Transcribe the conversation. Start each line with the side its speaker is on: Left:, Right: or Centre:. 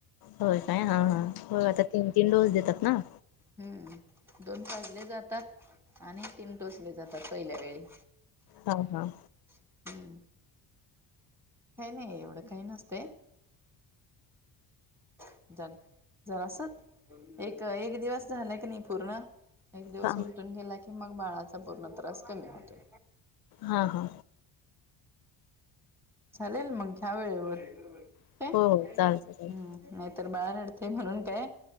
Left: होय काय हा हा, होय आता तीन तीन डोस देतात ना.
Centre: हम्म, दोन पाजले जातात आणि तीन टोचले जातात पहिल्या वेळी.
Left: हा हा,
Centre: हम्म काही नाही एवढं काही नसते. चालतंय जरास एक एक दिवस झालं क नाही पूर्ण. एक दिवस
Left: हा
Centre: उलटून गेला की, मग बाळाचा पूर्ण त्रास कमी होतोय.
Left: हा हा,
Centre: चालेल मग ह्या वेळेवर
Left: हो
Centre: प्या हम,
Left: हो चालते चालते
Centre: नाहीतर बाळा रडते म्हणून काय